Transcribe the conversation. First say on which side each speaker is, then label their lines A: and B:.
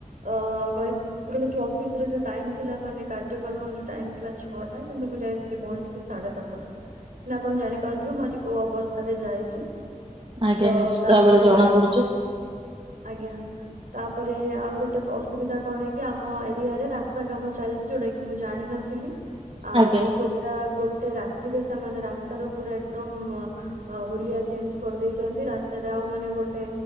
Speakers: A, on the right; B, on the right.
A: ଅ କହ କହିଲେ ଯୋଉ ଅଫିସ ର ଯୋଉ ଟାଇମ ଥିଲା ମାନେ କାର୍ଯ୍ୟକ୍ରମର ଯୋଉ ଟାଇମ ଥିଲା ଛଅଟା କିନ୍ତୁ ମୁଁ ଯାଇ ସେଠି ପହଞ୍ଚିଲି ସାତଟା। ଆପଣ ଜାଣିପାରୁଥିବେ ମୁଁ ଆଜି କୋଉ ଅବସ୍ଥାରେ ଯାଇଛି।
B: ଆଜ୍ଞା
A: ତ
B: ନିଶ୍ଚିତ
A: ତାପରେ
B: ଭାବରେ ଜଣା ପଡୁଛି।
A: ଆଜ୍ଞା। ତାପରେ ଆଉ ଗୋଟେ ଅସୁବିଧା କଣ କି ଆମ ଏରିଆରେ ରାସ୍ତା କାମ ଚାଲିଛି ଯୋଉଟା କି କି ମୁଁ ଜାଣିନଥିଲି। ଆଉ
B: ଆଜ୍ଞା
A: ଗୋଟା ଗୋଟେ ରାତିରେ ସେମାନେ ରାସ୍ତାର ପୁରା ଏକଦମ ଅ ହୋଲିଆ ଚେଞ୍ଜ କରିଦେଇଛନ୍ତି ରାସ୍ତାରେ ଆଉ ମାନେ ଗୋଟେ